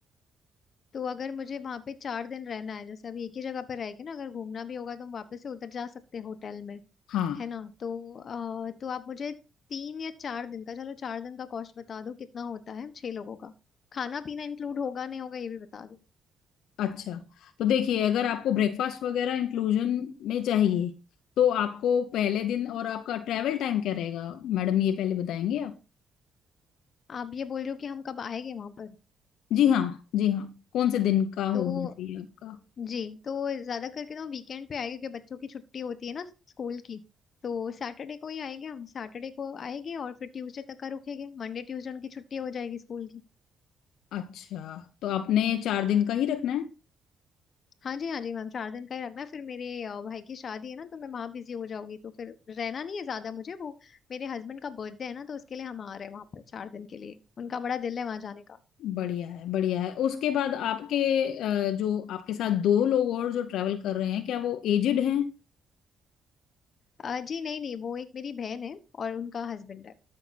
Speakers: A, on the left; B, on the left.
A: तो अगर मुझे वहां पे चार दिन रहना है जैसे अभी एक ही जगह पे रह के ना अगर घूमना भी होगा तो हम वापस से उतर जा सकते हैं होटल में
B: हाँ
A: है ना तो आ, तो आप मुझे तीन या चार दिन का चलो चार दिन का कॉस्ट बता दो कितना होता है छह लोगों का खाना पीना इंक्लूड होगा नहीं होगा ये भी बता दो
B: अच्छा तो देखिए अगर आपको ब्रेकफास्ट वगैरह इंक्लूजन में चाहिए तो आपको पहले दिन और आपका ट्रैवल टाइम क्या रहेगा मैडम ये पहले बताएंगे आप
A: आप ये बोल रहे हो कि हम कब आएंगे वहां पर
B: जी हाँ जी हाँ कौन से दिन का होना
A: तो
B: चाहिए आपका
A: जी तो ज्यादा करके ना वीकेंड पे आएगी क्योंकि बच्चों की छुट्टी होती है ना स्कूल की तो सैटरडे को ही आएंगे हम सैटरडे को आएंगे और फिर ट्यूसडे तक का रुकेंगे मंडे ट्यूसडे उनकी छुट्टी हो जाएगी स्कूल की
B: अच्छा तो आपने चार दिन का ही रखना है
A: हाँ जी हाँ जी मैम चार दिन का ही रखना फिर मेरे अ, भाई की शादी है ना तो मैं वहाँ बिजी हो जाऊंगी तो फिर रहना नहीं है ज्यादा मुझे वो मेरे हस्बैंड का बर्थडे है ना तो उसके लिए हम आ रहे हैं वहाँ पर चार दिन के लिए उनका बड़ा दिल है वहाँ जाने का
B: बढ़िया है बढ़िया है उसके बाद आपके अ, जो आपके साथ दो लोग और जो ट्रैवल कर रहे हैं क्या वो एजिड हैं
A: अ, जी नहीं नहीं वो एक मेरी बहन है और उनका हस्बैंड है